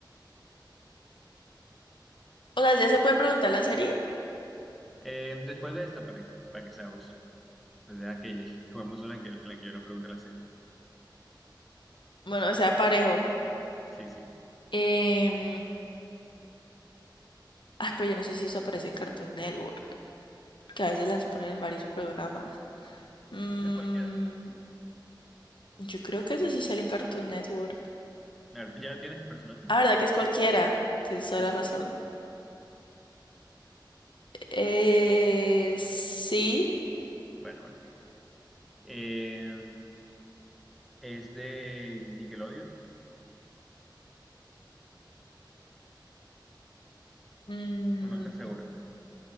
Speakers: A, on the left; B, in the centre.
A: O sea, ¿ya se puede preguntar la serie?
B: Eh, después de esta, para que, para que sea justo. Entonces, deja que, que juguemos una en que, en la que yo no pregunte la serie.
A: Bueno, o sea, parejo.
B: Sí, sí.
A: Em, Ah, pero yo no sé si eso aparece en Cartoon Network, que a veces las ponen en varios programas. Mm,
B: Una cualquiera.
A: yo creo que ese sí sale en Cartoon Network.
B: A ver, ¿ya tienes el personaje?
A: Ah, ¿verdad que es cualquiera? Tienes toda
B: Sí,
A: la
B: sí.
A: razón. Eh, sí.
B: Bueno, vale. Eh, ¿Es de Nickelodeon
A: Mm,
B: o no estás seguro?